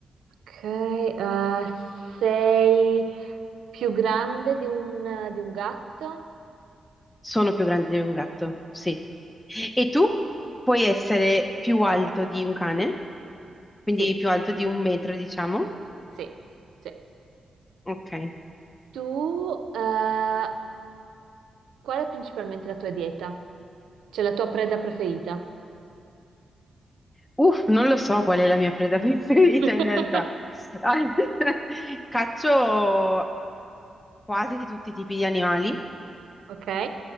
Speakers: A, on the right; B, on the left.
A: Ok, eh, sei più grande di un, di un gatto?
B: Sono più grande di un gatto, sì. E tu puoi essere più alto di un cane, quindi
A: Sì,
B: più alto di un metro, diciamo.
A: sì, sì.
B: Ok.
A: Tu, eh, qual è principalmente la tua dieta? Cioè la tua preda preferita?
B: Uff, non lo so qual è la mia preda <laughs> preferita
A: <laughs>
B: in realtà. Al- <laughs> Caccio quasi tutti i tipi di animali,
A: Ok,